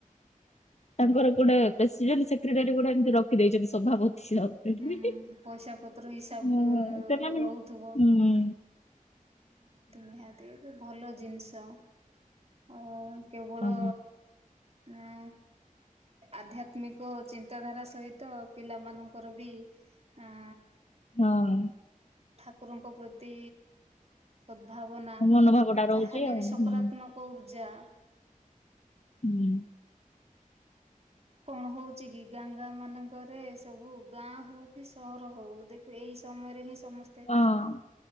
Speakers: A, on the left; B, on the right.
A: ତାଙ୍କର କୋଉଟା ପ୍ରେସିଡେଣ୍ଟ ସେକ୍ରେଟାରୀ ଗୋଟା ଏତି ରଖି ଦେଇଛନ୍ତି ସଭାପ ହଁ
B: ଉଁ ପଇସା ପତ୍ର ହିସାବ
A: ହଁ ସେମାନେ
B: ରହୁଥିବ
A: ହଁ
B: ନିହାତି ନିହାତି ଏ ଭଲ ଜିନିଷ ଅ କେବଳ
A: ହଁ
B: ଆ ଆଧ୍ୟାତ୍ମିକ ଚିନ୍ତାଧାରା ସହିତ ପିଲାମାନଙ୍କର ବି ଆ
A: ହଁ
B: ଠାକୁରଙ୍କ ପ୍ରତି ସଦ୍ଭାବନା
A: ହଁ ମନୋଭାବ ଟା ରହୁଛି
B: ଯା ହେଲେ
A: ଆଉ
B: ବି ସକାରାତ୍ମ
A: ହୁଁ
B: ପୂଜା
A: ହୁଁ
B: କଣ ହଉଚି କି ଗାଁ ଗାଁ ମାନଙ୍କରେ ସବୁ ଗାଁ ହଉ କି ସହର ହଉ ଦେଖିବ ଏଇ ସମୟରେ ହିଁ ସମସ୍ତେ
A: ହଁ।